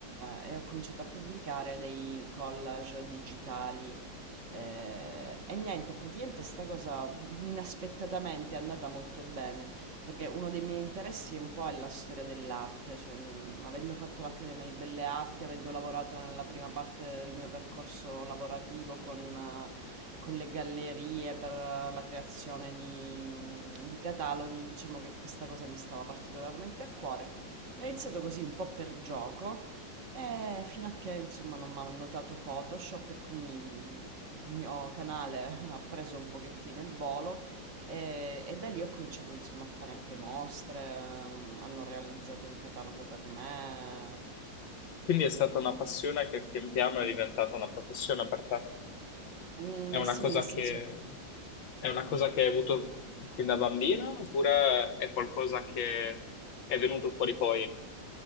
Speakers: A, on the right (about 50°); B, on the left (about 85°).
A: eh, e ho cominciato a pubblicare dei collage digitali. Eh, e niente, praticamente sta cosa inaspettatamente è andata molto bene, perché uno dei miei interessi è un po' è la storia dell'arte, cioè mh, avendo fatto l'Accademia di Belle Arti, avendo lavorato nella prima parte del mio percorso lavorativo con... eh, con le gallerie per uh, la creazione di, mm, di cataloghi, diciamo che questa cosa mi stava particolarmente a cuore. E Ho iniziato così un po' per gioco, e fino a che insomma non mi hanno notato Photoshop e quindi mm, il mio canale ha preso un pochettino il volo e, e da lì ho cominciato insomma a fare anche mostre, ehm, hanno realizzato un catalogo per me.
B: Quindi è stata una passione che pian piano è diventata una professione per te.
A: Mm,
B: È una
A: sì,
B: cosa
A: nel
B: che,
A: senso
B: è una cosa che hai avuto fin da bambina oppure è qualcosa che è venuto fuori poi?